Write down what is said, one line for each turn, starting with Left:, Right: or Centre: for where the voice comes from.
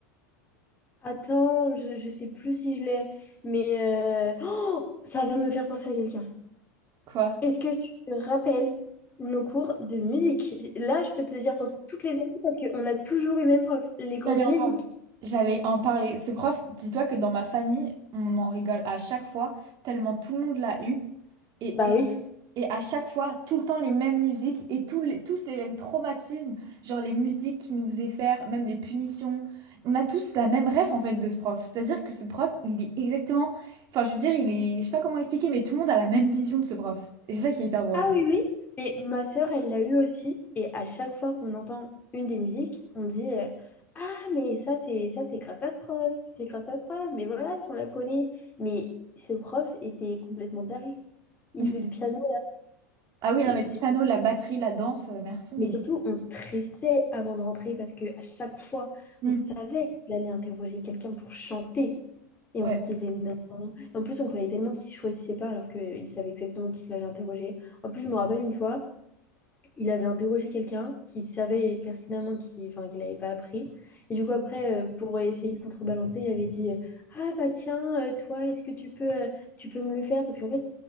Left: attends, je, je sais plus si je l'ai, mais euh, oh, ça vient de me faire penser à quelqu'un.
Right: quoi.
Left: Est-ce que tu te rappelles nos cours de musique? Là, je peux te le dire pour toutes les années parce qu'on a toujours eu le même prof, les cours
Right: J'allais
Left: de musique.
Right: en parler. J'allais en parler. Ce prof, dis-toi que dans ma famille, on en rigole à chaque fois, tellement tout le monde l'a eu. Et,
Left: Bah oui.
Right: Et à chaque fois, tout le temps les mêmes musiques et tous les, tous les mêmes traumatismes, genre les musiques qui nous faisaient faire, même les punitions. On a tous la même rêve en fait de ce prof. C'est-à-dire que ce prof, il est exactement. Enfin, je veux dire, il est. Je sais pas comment expliquer, mais tout le monde a la même vision de ce prof. Et c'est ça qui est hyper drôle.
Left: Ah oui, oui. Mais ma sœur, elle l'a eu aussi. Et à chaque fois qu'on entend une des musiques, on dit euh, Ah, mais ça, c'est ça, c'est grâce à ce prof, c'est grâce à ce prof, mais voilà, si on la connaît. Mais ce prof était complètement taré. Il
Right: Mais
Left: jouait
Right: c'est-
Left: du piano.
Right: Ah oui,
Left: C'est-
Right: non, mais
Left: c'est-
Right: le piano, la batterie, la danse, euh, merci, mais.
Left: Mais surtout, on stressait avant de rentrer parce que à chaque fois,
Right: Hmm.
Left: on savait qu'il allait interroger quelqu'un pour chanter. Et
Right: Ouais.
Left: on se disait, non. En plus, on croyait tellement qu'il choisissait pas alors qu'il savait exactement qui allait interroger. En plus, je me rappelle une fois, il avait interrogé quelqu'un qui savait pertinemment qu'il enfin, qu'il n'avait pas appris. Et du coup, après, euh, pour essayer de contrebalancer, il avait dit, euh, Ah bah tiens, euh, toi, est-ce que tu peux, euh, tu peux me le faire? Parce qu'en fait,